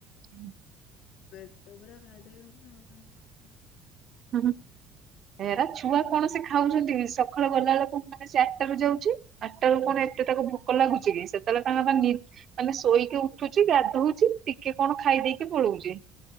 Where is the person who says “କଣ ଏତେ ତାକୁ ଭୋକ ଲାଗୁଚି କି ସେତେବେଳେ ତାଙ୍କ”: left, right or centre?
Right